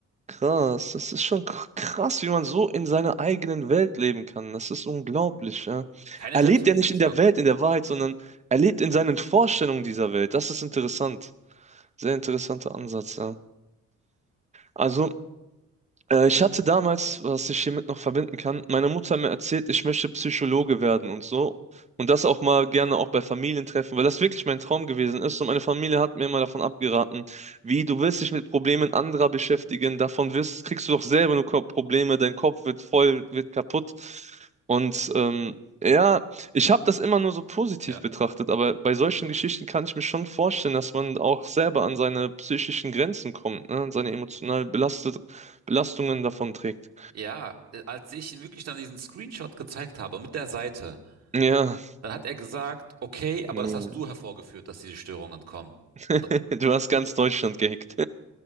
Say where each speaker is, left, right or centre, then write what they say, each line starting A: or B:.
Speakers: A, on the right (about 25°); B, on the right (about 55°).
A: Krass. Das ist schon kr- krass, wie man so in seiner eigenen Welt leben kann. Das ist unglaublich, ja.
B: Keine
A: Er
B: Selbstreflexion.
A: lebt ja nicht in der
B: ja
A: Welt, in der Wahrheit, sondern er lebt in seinen Vorstellungen dieser Welt. Das ist interessant. Sehr interessanter Ansatz, ja. Also, Äh, ich hatte damals, was ich hiermit noch verbinden kann, meine Mutter hat mir erzählt, ich möchte Psychologe werden und so. Und das auch mal gerne auch bei Familientreffen, weil das wirklich mein Traum gewesen ist. Und meine Familie hat mir immer davon abgeraten, wie du willst dich mit Problemen anderer beschäftigen, davon wirst, kriegst du doch selber nur Ko- Probleme, dein Kopf wird voll, wird kaputt. Und ähm, ja, ich habe das immer nur so positiv
B: Ja.
A: betrachtet, aber bei solchen Geschichten kann ich mir schon vorstellen, dass man auch selber an seine psychischen Grenzen kommt, ne? An seine emotional belastet, Belastungen davon trägt.
B: Ja, äh, als ich ihm wirklich dann diesen Screenshot gezeigt habe mit der Seite,
A: Ja,
B: dann hat er gesagt, okay, aber
A: nee.
B: das hast du hervorgeführt, dass diese Störungen kommen.
A: <laughs>
B: Und,
A: Du hast ganz Deutschland gehackt.